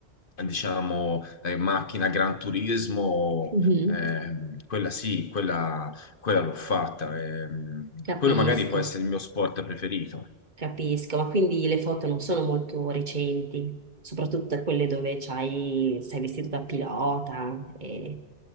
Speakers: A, on the left; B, on the right.
A: diciamo eh, macchina Gran Turismo,
B: Mhm.
A: ehm, quella sì, quella, quella l'ho fatta. ehm,
B: capisco.
A: quello magari può essere il mio sport preferito.
B: Capisco, ma quindi le foto non sono molto recenti, soprattutto quelle dove c'hai, sei vestito da pilota e,